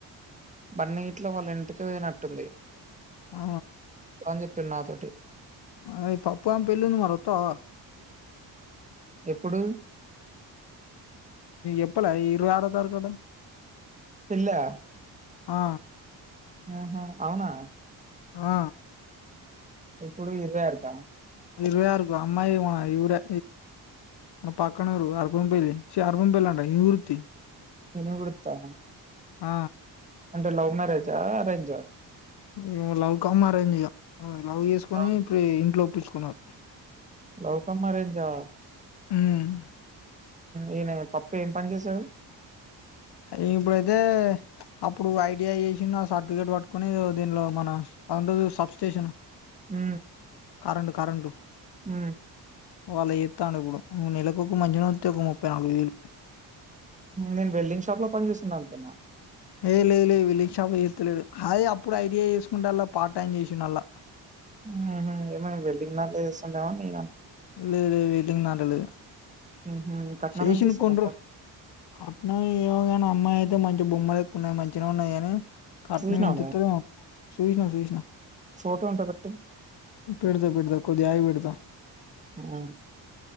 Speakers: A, on the right; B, on the left.
A: బన్నీ ఇట్లో వాళ్ళ ఇంటికి వేయనట్టుంది
B: ఆ
A: <unintelligible> నా తోటి
B: ఆ పప్పుగాన్ పెళ్ళుంది మరోత్తావ
A: ఎప్పుడు
B: ఎప్పలే ఇరవై ఆరో తారికట
A: పెళ్లా
B: ఆ
A: ఆహ అవునా
B: ఆ
A: ఎప్పుడు ఇదే ఆట
B: ఇరవై ఆరుకు అమ్మాయి వాయ్ ఈ ఊరే మన పక్కనూరు అల్పం పెర్రీ చ అర్బం పెల్లం ఇవృత్తి
A: తను గుడుతా
B: ఆ
A: అంటే లవ్ మ్యారేజ్ ఆ అరేంజ
B: ఇ లవ్ కమ్ అరేంజ్ ఇగా లవ్ చేసుకొని
A: అవును.
B: ఇప్పు ఇంట్లో <unintelligible> కున్నారు
A: లోక మారేజా
B: ఉమ్
A: ఈయన పప్పు ఏం పని చేసాడు
B: అయి ఇప్పుడైతే అప్పుడు ఐటిఐ చేసిన సర్టిఫికేట్ పట్టుకుని దీనిలో మన అ ఉంది సబ్స్టేషన్
A: హ
B: కరెంటు కరెంటు
A: హ
B: వాళ్ళ చేేస్తాను ఇప్పుడు. మూడు నెలకు ఒక మధ్యన వతి ఒక ముప్పై నాలుగు వేలు
A: నేను వెల్డింగ్ షాప్ లో పని చేేస్తుండను అనుకున్నాను
B: ఏ లే లే వెల్డింగ్ షాప్ చేస్తలేడు. హా అప్పుడు ఐటీఐ చేసుకుంటే అల్లా పార్ట్ టైం చేసాడు అల్లా
A: ఆ ఏమీ వెల్డింగ్ దాంట్లో చేస్తుండ మి
B: లే లే లే ఏమ్ కాలేదు
A: హుహు. కట్నం
B: శేషన్
A: ఎంత ఇస్తారంట
B: కొండరు కట్న ఎవగానా అమ్మాయి అ మంచి బొమ్మలు ఎక్కున్నా మగా ఉన్నాయి కాని కట్నం
A: చూసినావ
B: ఏంత
A: నువ్వు
B: ఇత్తు వ సూష్నా సూష్నా
A: ఫోటో ఉంటే పెట్టు
B: పిడత పిడత కొది ఆయి వడత <inaudible>
A: ఆ